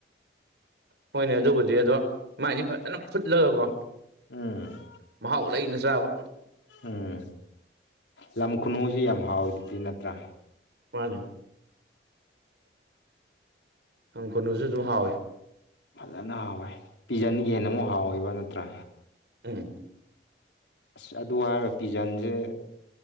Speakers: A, on the right (about 75°); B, on the left (about 85°).
A: ꯍꯣꯏꯅꯦ ꯑꯗꯨꯕꯨꯗꯤ ꯑꯗꯣ ꯃꯥꯏꯗꯤ ꯐꯖꯅ ꯐꯨꯠꯂꯒꯀꯣ
B: ꯎꯝ
A: ꯃꯍꯥꯎ ꯂꯩꯅ ꯆꯥꯕ
B: ꯎꯝ ꯂꯝ ꯈꯨꯅꯨꯁꯤ ꯌꯥꯝ ꯍꯥꯎꯋꯤꯗꯨꯗꯤ ꯅꯠꯇ꯭ꯔꯥ
A: ꯃꯥꯅꯦ ꯂꯝ ꯈꯨꯅꯨꯁꯨ ꯑꯗꯨꯝ ꯍꯥꯎꯋꯤ
B: ꯐꯖꯅ ꯍꯥꯎꯋꯦ ꯄꯤꯖꯟꯌꯦꯟꯅ ꯑꯃꯨꯛ ꯍꯥꯎꯋꯦꯕ ꯅꯠꯇ꯭ꯔꯥ
A: ꯎꯝ
B: ꯑꯁ ꯑꯗꯨ ꯍꯥꯏꯔ ꯄꯤꯖꯟꯖꯦ